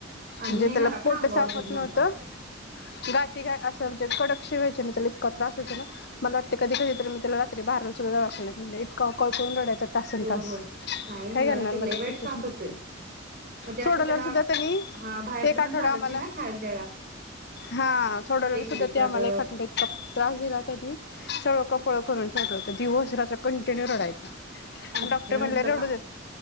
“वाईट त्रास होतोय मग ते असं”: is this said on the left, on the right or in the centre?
Right